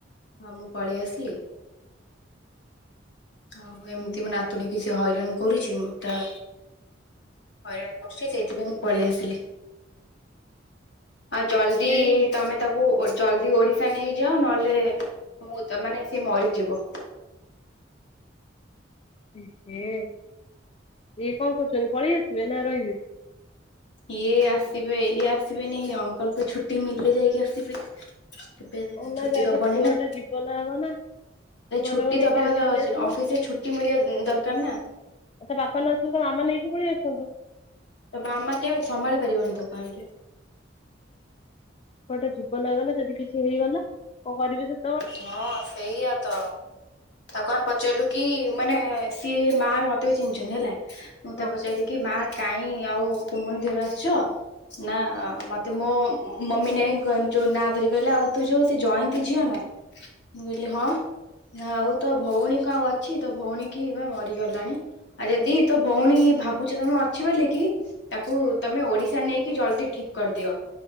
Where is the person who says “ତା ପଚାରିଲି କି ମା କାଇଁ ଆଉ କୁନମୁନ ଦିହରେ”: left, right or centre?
Left